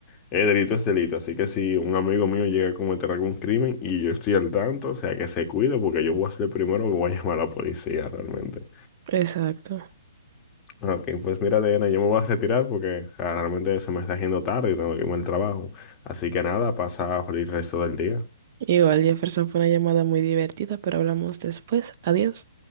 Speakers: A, on the left; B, on the right.
A: El delito es delito, así que si un amigo mío llega a cometer algún crimen y yo estoy al tanto, o sea, que se cuide porque yo voy a ser el primero que voy a llamar a la policía realmente.
B: Exacto.
A: Ah, Ok, pues mira, Diana, yo me voy a retirar porque o sea, realmente se me está haciendo tarde y tengo que irme al trabajo. Así que nada, pasa el resto del día.
B: Igual Jefferson fue una llamada muy divertida, pero hablamos después. Adiós.